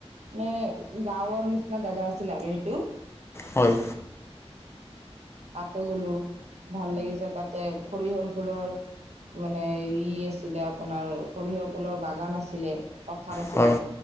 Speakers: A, on the right; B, on the left.
A: মানে গাঁৱৰ নিচিনা দাদা আছিল আৰু সেইটো।
B: হয়।
A: তাতে গ'লো, ভাল লাগিছে তাতে, সৰিয়হৰ ফুলৰ মানে ই আছ ছিলে আপোনাৰ সৰিয়হ ফুলৰ বাগান আছিলে, পথাৰ আছিলে।
B: হয় হয়